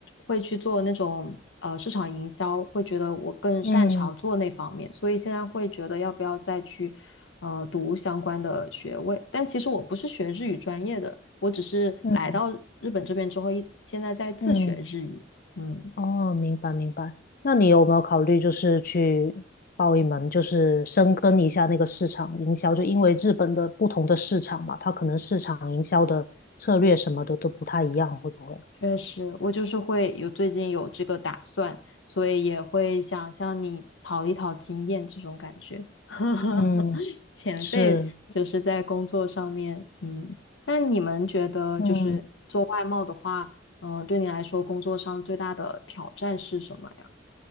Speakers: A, on the left; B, on the left.
A: 会去做那种呃市场营销，会觉得我更擅长做那方面，
B: 嗯
A: 所以现在会觉得要不要再去呃读相关的学位。但其实我不是学日语专业的，我只是来到日本这边之后一现在在自学日语，
B: 嗯嗯
A: 嗯。
B: 哦，明白明白。那你有没有考虑就是去报一门，就是深耕一下那个市场营销？就因为日本的不同的市场嘛，它可能市场营销的策略什么的都不太一样，会不会？
A: 确实，我就是会有最近有这个打算，所以也会想向你讨一讨经验这种感觉。<laughs>
B: 嗯，
A: 前辈就是在工作上面，
B: 是。
A: 嗯，那你们觉得就是做外贸的话，
B: 嗯，
A: 嗯、对你来说工作上最大的挑战是什么呀？